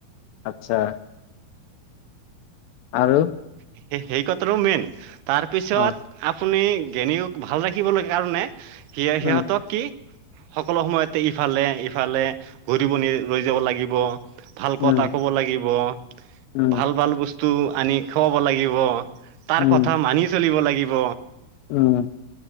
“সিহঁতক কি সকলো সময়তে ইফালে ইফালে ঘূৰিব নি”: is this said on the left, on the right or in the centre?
Right